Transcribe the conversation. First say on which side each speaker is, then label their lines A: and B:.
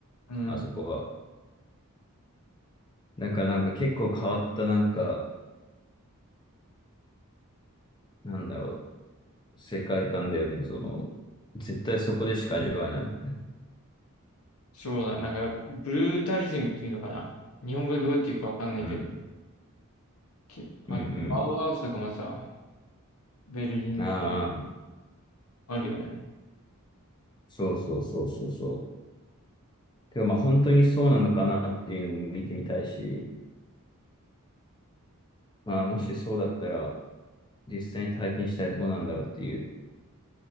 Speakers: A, on the left; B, on the left.
A: うん。
B: あそこは。だからなんか結構変わったなんか、なんだろう、世界観だよね。その、絶対そこでしか味わえないみたいな。
A: そうだ、なんか、ブルータリズムっていうのかな。日本語でどうやって言うかわかんないけど、
B: うん。
A: きあ、
B: うん
A: アウハウスとかもさ、ベルリンとか
B: うん。ああ。
A: あるよね。
B: そうそうそうそうそう。てかまあ本当にそうなのかなっていうのも見てみたいし、まあもしそうだったら実際に体験したらどうなんだろうっていう